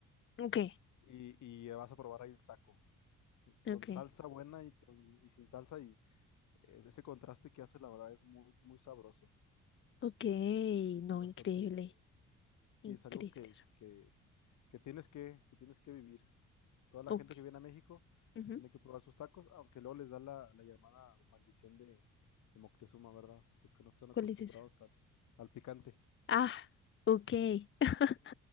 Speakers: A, on the left; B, on the left.
A: Ok,
B: y, y vas a probar ahí el taco, con
A: ok,
B: salsa buena y, con, y sin salsa y eh, ese contraste que hace la verdad es muy, muy sabroso.
A: ok.
B: Y
A: No,
B: sí, bastante,
A: increíble.
B: sí
A: Increíble.
B: es algo que, que, que tienes que, que tienes que vivir. Toda la
A: Ok.
B: gente que viene a México
A: ujú.
B: tiene que probar sus tacos, aunque luego les da la, la llamada maldición de, de Moctezuma, ¿verdad? Porque no están acostumbrados
A: ¿Cuál es esa?
B: al, al picante.
A: Ah, ok. <laughs>